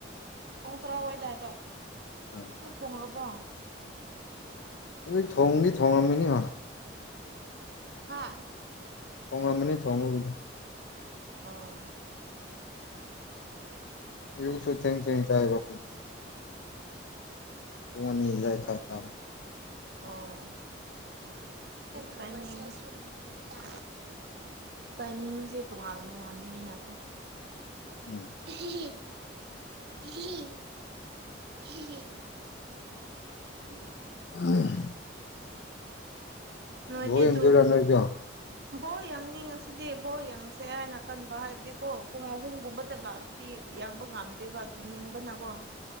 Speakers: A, on the right; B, on the left.
A: ꯄꯨꯡ ꯇꯔꯥꯋꯥꯏꯗ ꯍꯥꯏꯕ
B: ꯑꯥ
A: ꯊꯣꯡꯔꯕ꯭ꯔꯣ
B: ꯑꯩ ꯊꯣꯡꯗꯤ ꯊꯣꯡꯉꯝꯃꯤꯅꯤ
A: ꯍꯥꯥ
B: ꯊꯣꯡꯉꯝꯃꯅꯤ ꯊꯣꯡꯕꯕꯨꯗꯤ
A: ꯑꯥ
B: ꯑꯌꯨꯛꯁꯨ ꯊꯦꯡ ꯊꯦꯡ ꯆꯥꯏꯌꯦꯕ ꯑꯈꯣꯏꯗꯤ ꯄꯣꯅꯤꯖꯥꯏ ꯇꯥ <unintelligible>
A: ꯑꯥ ꯇꯥꯏꯃꯤꯡ <unintelligible> ꯇꯥꯏꯃꯤꯡꯁꯦ ꯇꯣꯉꯥꯟ ꯇꯣꯉꯥꯟꯕꯅꯤꯅꯀꯣ
B: ꯎꯝ
A: <unintelligible> <unintelligible>
B: ꯑ <inaudible>
A: ꯅꯣꯏꯗꯤ
B: ꯕꯣꯜ ꯌꯦꯡꯗꯣꯏꯔ
A: ꯇꯨ
B: ꯅꯣꯏꯁꯨ
A: ꯕꯣ ꯌꯥꯡꯅꯤꯡꯉꯁꯤꯗꯤ ꯕꯣ ꯌꯥꯡꯁꯦ ꯍꯥꯏꯅ ꯈꯟꯕ ꯍꯥꯏꯕꯗꯤꯀꯣ ꯄꯨꯡ ꯑꯍꯨꯝꯒꯨꯝꯕꯗ ꯂꯥꯛ ꯗꯤ ꯌꯥꯡꯕ ꯉꯝꯗꯦꯕ ꯇꯨꯝꯅꯤꯡꯕꯅꯀꯣ